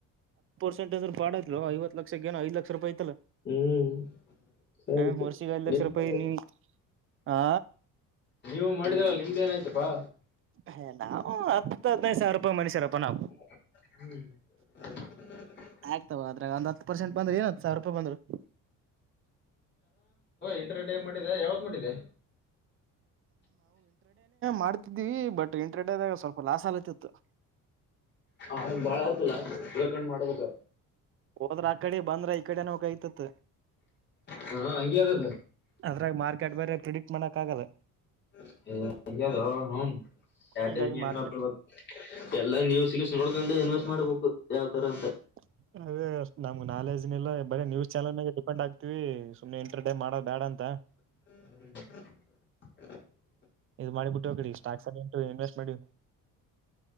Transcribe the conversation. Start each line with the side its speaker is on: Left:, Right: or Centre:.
Right: <unintelligible> ಫ್ರಾಡ್ ಆಕ್ಕಿಲ್ವ ಐತ್ತು ಲಕ್ಷಕ್ಕ ಐ ಲಕ್ಷ ರೂಪಾಯಿ. ಐತಲ್ಲ
Left: ಹ್ಮ್ <unintelligible>
Right: ಹ ವರ್ಷಿಗೆ ಐದ್ ಲಕ್ಷ ರೂಪಾಯಿ ನೀ ಹಾ
Left: ನೀವು ಮಾಡಿದಾವ. ನಿಮ್ದೇನಾಯಯ್ತಪ್ಪಾ?
Right: ಹ ನಾವ್ ಹತ್ತು ಹದಿನೈದು ಸಾವ್ರುಪಾಯಿ ಮನುಷ್ಯರಪ್ಪ.
Left: <unintelligible>
Right: ನಾವು ಆಗ್ತಾವ ಅದ್ರಾಗ ಒಂದ್ ಹತ್ತು ಪರ್ಸೆಂಟ್ ಬಂದ್ರ ಏನ ಸಾವಿರ ರೂಪಾಯಿ ಬಂದ್ರು
Left: ಎಂಟರ್ಟೈನ್ ಮಾಡಿದೆ ಯಾವ್ದ ಮಾಡಿದೆ
Right: ಮಾಡ್ತಿದೀವಿ ಬಟ್ ಇಂಟ್ರೆ ಆದಾಗ ಸ್ವಲ್ಪ ಲಾಸ್ ಆಲತಿತ್ತು
Left: ಹ ಬಾಳ ಆತಲ್ಲ ತಿಳ್ಕೊಂಡು ಮಾಡ್ಬೇಕ
Right: ಹೋದ್ರ ಆ ಕಡೆ ಬಂದ್ರ ಈ ಕಡೆನ ಹೋಗ ಆಯ್ತತ್
Left: ಹಾ ಹಂಗಗೆ ಅದು
Right: ಅದ್ರಾಗ ಮಾರ್ಕೆಟ್ ಬೇರೆ ಪ್ರೆಡಿಕ್ಟ್ ಮಾಡಕ್ ಆಗಲ್ಲ
Left: <unintelligible> ಯ
Right: ಹಂಗಾಗಿ
Left: ಟೈಮ್ ಹೆಂಗ
Right: ಮಾರ್ಕೆಟ್
Left: ಮಾಡ್ಕಡ್ಬೇಕ ಎಲ್ಲಾ ನೀವು ಸಿಗಸ ನೋಡ್ಕೊಂಡು ಇನ್ವೆಸ್ಟ್ ಮಾಡ್ಬೇಕು ಯಾವ್ ತರ ಅಂತ
Right: <unintelligible> ಬರೇ ನ್ಯೂಸ್ ಚಾನಲ್ ಮ ಡಿಪೆ್ ಆಗ್ತತಿವಿ ಸುಮ್ನೆ ಎಂಟರ್ಟೈನ್ ಮಾಡೋ ಬೇಡ ಅಂತ
Left: <unintelligible>
Right: ಇದ್ ಮಾಡಿಬಿಟ್ಟು ಕಡೆ ಸ್ಟಾಕ್ಸ್ ಎಲ್ಲ ಉಂಟು ಇನ್ವೆಸ್ಟ್ ಮಾಡಿ